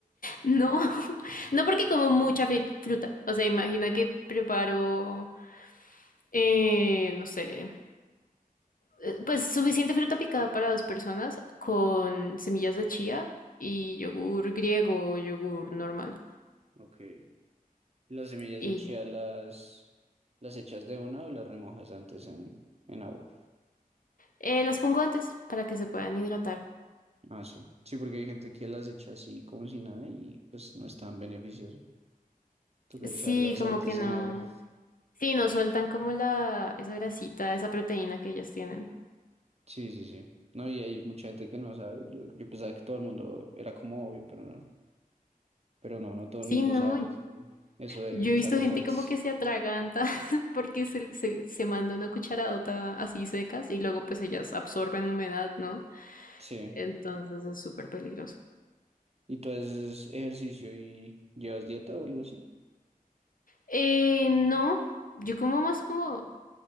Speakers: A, on the left (about 65°); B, on the right (about 45°).
A: No, <laughs> no porque como mucha frit- fruta. O sea, imagina que preparo, eh, no sé, eh, pues suficiente fruta picada para dos personas con semillas de chía y yogur griego o yogur normal.
B: Ok. ¿Las semillas
A: Y
B: de chía
A: ya.
B: las, las echas de una o las remojas antes en, en agua?
A: Eh, las pongo antes para que se puedan hidratar.
B: Ah, sí. Sí, porque hay gente que las echa así como si nada y pues no es tan beneficioso. Toca
A: Sí,
B: echarlas
A: como
B: antes
A: que no.
B: en agua.
A: Sí, no sueltan como la, esa grasita, esa proteína que ellos tienen.
B: Sí, sí, sí. No, y hay mucha gente que no sabe. Yo, yo pensaba que todo el mundo era como obvio, pero no. Pero no, no todo
A: Sí,
B: el mundo
A: no.
B: sabe ese- eso de
A: Yo
B: echarlos
A: he visto gente
B: antes.
A: como que se atraganta <laughs> porque se, se, se manda una cucharadota así secas y luego pues ellas absorben humedad, ¿no?
B: Sí.
A: Entonces es súper peligroso.
B: ¿Y tú haces ejercicio y llevas dieta o algo así?
A: Eh, no, yo como más como